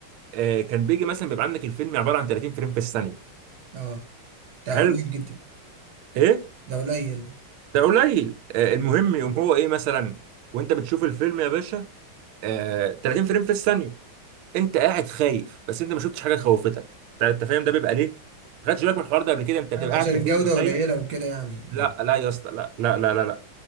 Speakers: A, on the right (about 85°); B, on the right (about 55°).
A: آه، كان بيجي مثلا بيبقى عندك الفيلم عباره عن 30 فريم في الثانيه
B: اه ده
A: حلو
B: قليل جدا
A: ايه
B: ده قليل
A: ده قليل آه، المهم يقوم هو ايه مثلا وانت بتشوف الفيلم يا باشا آه 30 فريم في الثانيه انت قاعد خايف بس انت ما شفتش حاجه خوفتك انت أنت فاهم ده بيبقى ليه ما خدتش بالك من الحوار ده قبل كده انت بتبقى قاعد
B: عشان
A: في
B: الجودة
A: الفيلم خايف
B: قليلة وكده يعني
A: لا لا يا اسطى لا لا لا لا لا